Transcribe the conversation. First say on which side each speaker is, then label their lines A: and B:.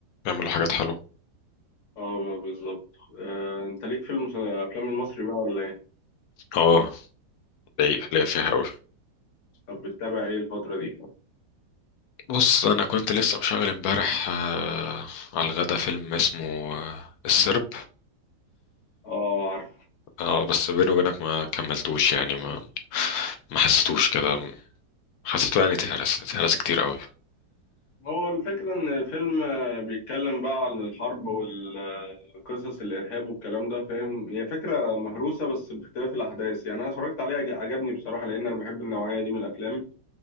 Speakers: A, on the left; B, on the left.
A: بيعملوا حاجات حلوة
B: اه آه، بالظبط آه، انت ليك فيلم افلام المصري بقى ولا ايه
A: اه ليا ليا فيها قوي
B: طب بتتابع ايه الفترة دي
A: بص انا كنت لسه مشغل امبارح آه على الغدا فيلم اسمه آه السرب
B: اه عارف
A: اه بس بيني وبينك ما كملتوش يعني ما ما حسيتوش كده حسيته يعني اتهرس اتهرس كتير قوي
B: هو الفكرة ان الفيلم آه، بيتكلم بقى عن الحرب والقصص الارهاب والكلام ده فاهم هي فكرة مهروسة بس باختلاف الاحداث يعني انا اتفرجت عليه عج- عجبني بصراحة لان انا بحب النوعية دي من الافلام